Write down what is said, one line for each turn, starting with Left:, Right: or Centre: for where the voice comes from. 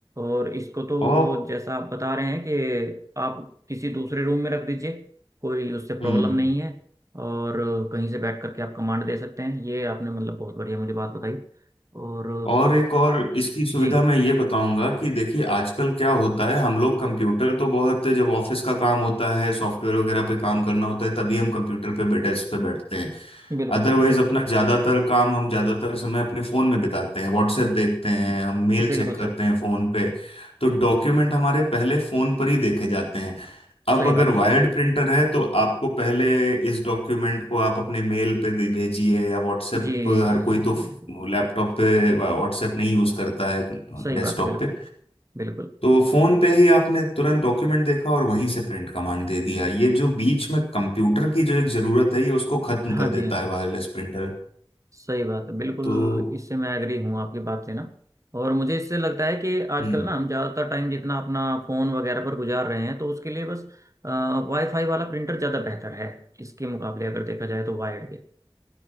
Right: और इसको तो
Left: और
Right: जैसा आप बता रहे हैं कि आप किसी दूसरे रूम में रख दीजिए कोई उससे प्रॉब्लम
Left: हम्म हम्म।
Right: नहीं है और कहीं से बैठ करके आप कमांड दे सकते हैं ये आपने मतलब बहुत बढ़िया मुझे बात बताई और
Left: और एक और इसकी सुविधा
Right: जी
Left: मैं ये बताऊंगा कि देखिए आजकल क्या होता है हम लोग कंप्यूटर तो बहुत जब ऑफिस का काम होता है सॉफ्टवेयर वगैरह पे काम करना होता है तभी हम कंप्यूटर पे बे- डेस्क पे बैठते हैं
Right: बिल्कुल
Left: अदरवाइज
Right: बिल्कुल
Left: अपना ज्यादातर काम हम ज्यादातर समय अपने फोन में बिताते हैं व्हाट्सएप देखते हैं
Right: सर
Left: हम मेल
Right: बिल्कुल
Left: चेक करते
Right: सर
Left: हैं फोन पे तो डॉक्यूमेंट हमारे पहले फोन पर ही देखे जाते हैं अब
Right: सही
Left: अगर
Right: बात है
Left: वायर्ड प्रिंटर है तो आपको पहले इस डॉक्यूमेंट को आप अपने मेल पे दे- भेजिए या व्हाट्सएप
Right: जी जी
Left: हर
Right: जी
Left: कोई
Right: जी
Left: तो
Right: बिल्कुल
Left: वो लैपटॉप पे व्हाट्सएप नहीं यूज करता है डेस्कटॉप
Right: सही बात है बिल्कुल
Left: पे
Right: बिल्कुल
Left: तो फोन पे ही आपने तुरंत डॉक्यूमेंट देखा और वहीं से प्रिंट कमांड दे दिया ये जो बीच में कंप्यूटर की जो एक जरूरत है ये उसको खत्म
Right: हाँ
Left: कर
Right: जी
Left: देता
Right: हाँ जी
Left: है वायरलेस प्रिंटर
Right: सही बात है बिल्कुल
Left: तो
Right: इससे मैं एग्री हूँ आपकी बात से ना और मुझे इससे लगता है कि आजकल
Left: हम्म
Right: ना हम ज़्यादातर टाइम जितना अपना फ़ोन वगैरह पर गुजार रहे हैं तो उसके लिए बस वाईफाई वाला प्रिंटर ज़्यादा बेहतर है इसके मुकाबले अगर देखा जाए तो वायर्ड के